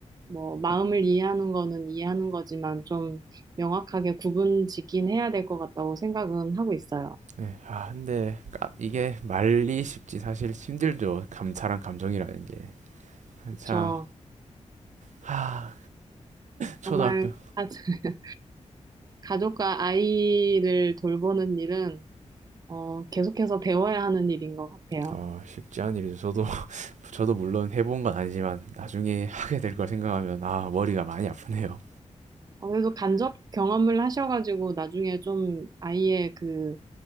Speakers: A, on the right; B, on the right.
A: 뭐, 마음을 이해하는 거는 이해하는 거지만 좀 명확하게 구분 짓긴 해야 될 것 같다고 생각은 하고 있어요.
B: 네, 아 근데 까- 이게 말리 쉽지 사실 힘들죠. 감사한 감정이라는 게 한창
A: 그쵸.
B: 하 초등학교
A: 정말 가- <laughs> 가족과 아이를 돌보는 일은 어, 계속해서 배워야 하는 일인 것 같아요.
B: 어 쉽지 않은 일이죠. 저도 <laughs> 저도 물론 해본 건 아니지만 나중에 하게 될 걸 생각하면 아 머리가 많이 아프네요.
A: 어, 그래도 간접 경험을 하셔가지고 나중에 좀 아이의 그,